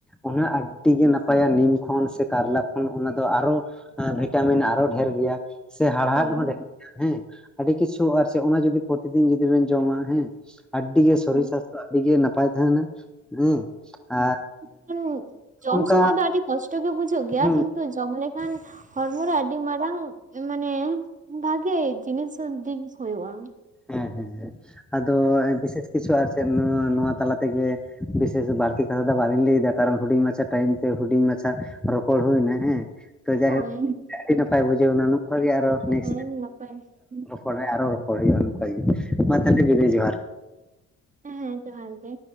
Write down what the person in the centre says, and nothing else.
ᱚᱱᱟ ᱟᱹᱰᱤ ᱜᱮ ᱱᱟᱯᱟᱭᱟ ᱱᱤᱢ ᱠᱷᱚᱱ ᱥᱮ ᱠᱟᱨᱞᱟ ᱠᱷᱚᱱ ᱚᱱᱟ ᱫᱚ ᱟᱨᱦᱚᱸ ᱦᱮᱸ ᱵᱷᱤᱴᱟᱢᱤᱱ ᱟᱨᱦᱚᱸ ᱰᱷᱮᱨ ᱜᱮᱭᱟ ᱥᱮ ᱦᱟᱲᱦᱟᱫ
ᱦᱚᱸ ᱰᱷᱮᱨ ᱜᱮᱭᱟ ᱦᱮᱸ, ᱟᱹᱰᱤ ᱠᱤᱪᱷᱩ ᱟᱨ ᱥᱮ ᱚᱱᱟ ᱡᱚᱫᱤ ᱯᱨᱚᱛᱤᱫᱤᱱ ᱡᱩᱫᱤ ᱵᱮᱱ ᱡᱚᱢᱟ ᱦᱮᱸ, ᱟᱹᱰᱤ ᱜᱮ ᱥᱚᱨᱤᱨ
ᱥᱟᱥᱛᱷᱚ ᱟᱹᱰᱤ ᱜᱮ ᱱᱟᱯᱟᱭ ᱛᱟᱸᱦᱮᱱᱟ ᱦᱮᱸ ᱟᱨ
ᱚᱱᱠᱟ
ᱦᱮᱸ
ᱦᱮᱸ ᱦᱮᱸ ᱟᱫᱚ ᱵᱤᱥᱮᱥ ᱠᱤᱪᱷᱩ ᱟᱨ ᱪᱮᱫ ᱱᱚᱣᱟ ᱛᱟᱞᱟ ᱛᱮᱜᱮ ᱵᱤᱥᱮᱥ ᱵᱟᱹᱲᱛᱤ ᱠᱟᱛᱷᱟ ᱫᱚ ᱵᱟᱞᱤᱧ ᱞᱟᱹᱭᱫᱟ ᱠᱟᱨᱚᱱ ᱦᱩᱰᱤᱧ ᱢᱟᱪᱷᱟ ᱴᱟᱭᱤᱢ ᱛᱮ ᱦᱩᱰᱤᱧ ᱢᱟᱪᱷᱟ ᱨᱚᱯᱚᱲ ᱦᱳᱭᱱᱟ ᱦᱮᱸ, ᱛᱚ ᱡᱟᱭᱦᱳᱠ
ᱟᱹᱰᱤ ᱱᱟᱯᱟᱭ ᱵᱩᱡᱷᱟᱹᱣᱱᱟ ᱱᱚᱝᱠᱟ ᱜᱮ ᱟᱨᱦᱚᱸ ᱱᱮᱠᱥᱴ
ᱛᱟᱦᱚᱞᱮ ᱟᱨᱦᱚᱸ ᱨᱚᱯᱚᱲ ᱦᱩᱭᱩᱜᱼᱟ ᱱᱚᱝᱠᱟ ᱜᱮ ᱢᱟ ᱛᱟᱦᱚᱞᱮ ᱫᱤᱫᱤ ᱡᱚᱦᱟᱨ᱾